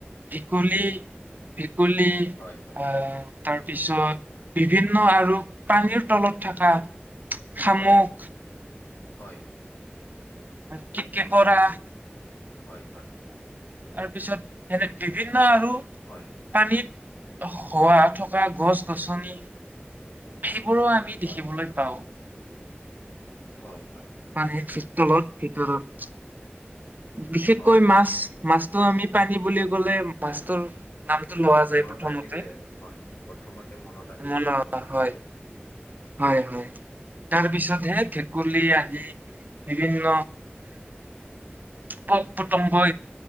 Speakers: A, on the right (about 45°); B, on the left (about 65°).
A: ভকুলী, ভকুলী
B: হয় হয়
A: আ তাৰপিছত বিভিন্ন আৰু পানীৰ তলত থকা শামুক
B: হয়, হয়।
A: কেত কে কৰা
B: হয় হয়।
A: তাৰপিছত মানে বিভিন্ন আৰু
B: হয়।
A: পানীত হোৱা থকা গছ গছনি সেইবোৰো আমি আমি
B: হয়
A: দেখিবলৈ পাওঁ।
B: হয় হয়।
A: পানীৰ তলত ভিতৰত, বিশেষকৈ
B: হয় নিশ্চয়
A: মাছ মাছটো আমি পানী বুলি ক'লে মাছটোৰ নামটো লোৱা যায়
B: মনত
A: প্ৰথমতে,
B: আহি যায় আৰু হয় প্ৰথমতে মনত আহি
A: মনৰ
B: যায় আমাৰ মাছটো
A: হয়। হয় হয়, তাৰপিছতহে ভেকুলী আদি বিভিন্ন পক প্ৰতংগ